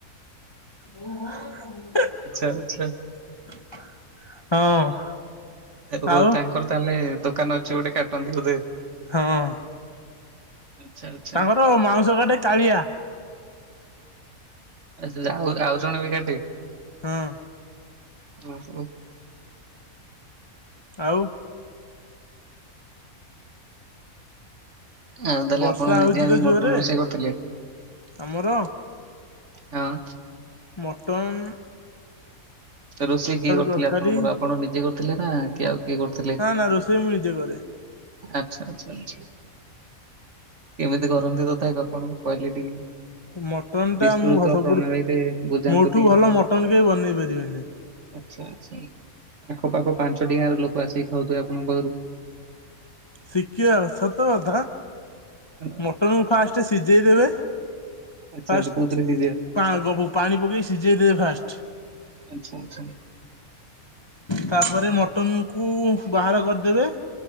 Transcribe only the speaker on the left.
ହଉ ଭରେ କୋଉ ଭୁ।
ହଁ।
ଆଉ
ହଁ,
ତାଙ୍କର ମାଉଁସ କାଟେ କାଳିଆ।
ହଁ।
ଆଉ।
ବର୍ଷା
ହଉଛି
ତ
ଜୋରେ
ଆମର
ମଟନ୍।
ତରକାରୀ
ନା ନା ରୋଷେଇ ମୁଁ ନିଜେ କରେ।
ମଟନ
ଟା ମୁଁ ସବୁଠୁ
ମୋଠୁ
ଭଲ ମଟନ କେହି ବନେଇ ପାରିବେନି।
ଶିଖିବେ ଆଉ ସତ କଥା
ମଟନ ମୁ ଫାଷ୍ଟ ସିଝେଇ ଦେବେ
ଫାଷ୍ଟ
ପା ଗବୁ ପାଣି ପକେଇ ସିଝେଇ ଦେବେ ଫାଷ୍ଟ।
ତା ପରେ ମଟନ କୁ ବାହାର କରିଦେବେ।